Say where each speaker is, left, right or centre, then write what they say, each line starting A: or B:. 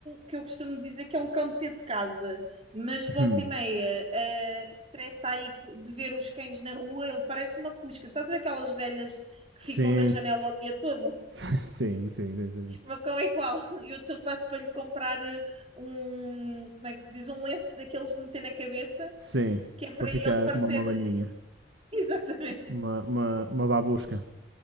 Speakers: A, on the right; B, on the right.
A: que eu costumo dizer que é um cão de ter de casa, mas volta
B: Hum,
A: e meia, ah, se aí de ver os cães na rua, ele parece uma cusca. Estás a ver aquelas velhas que ficam
B: sim,
A: na janela o dia todo?
B: <laughs> sim, sim, sim, sim, sim.
A: O meu cão é igual. <laughs> Eu estou quase para lhe comprar eh, um, como é que se diz? Um lenço daqueles de meter na cabeça,
B: Sim,
A: que é para
B: para ficar
A: ele parecer.
B: como uma abelhinha,
A: <laughs> Exatamente,
B: uma, uma, uma babusca.